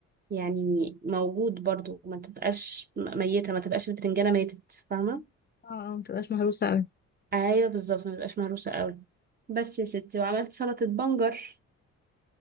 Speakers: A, on the right (about 30°); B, on the left (about 35°).
A: يعني موجود برضو ما تبقاش م- ميتة ما تبقاش البتنجانة ماتت فاهمة
B: اه آه، ما تبقاش مهروسة قوي
A: ايوه بالظبط ما تبقاش مهروسة قوي بس يا ستي وعملت سلطة بنجر